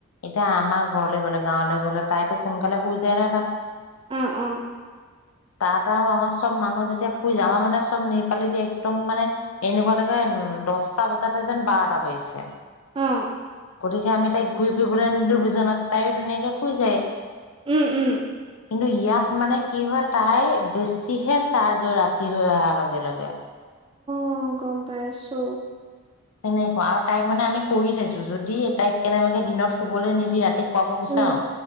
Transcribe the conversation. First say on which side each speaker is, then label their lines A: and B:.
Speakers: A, on the left; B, on the right.
A: এতিয়া আমাৰ ঘৰলৈ গ'লে গাঁৱলৈ গ'লে তাইতো সোনকালে শুই যায় নহয় তাত।
B: অ অ
A: তাত আৰু আমাৰ- চব মানুহ যেতিয়া শুই যাওঁ, আমাৰ মানে চব ৰ্নিপালি দি একদম মানে- এনেকুৱা লাগে উম দচটা বজাতে যেন বাৰটা বাজিছে।
B: অ
A: গতিকে আমি তাইক ঘূৰি ফুৰিবলৈ নিদিওঁ বিছনাত তাইও ধুনীয়াকে শুই যায়।
B: উম', উম'
A: কিন্তু ইয়াত মানে কি হয় তাই বেছিহে চাৰ্জ হয় ৰাতি হৈ অহাৰ লগে লগে।
B: অঁ', গম পাইছোঁ।
A: তেনেকুৱা। আৰু তাইক মানে আমি কৰি চাইছো, যদি তাইক কেনেবাকে দিনত শুবলৈ নিদিয়া- শুৱাব বিচাৰো,
B: উম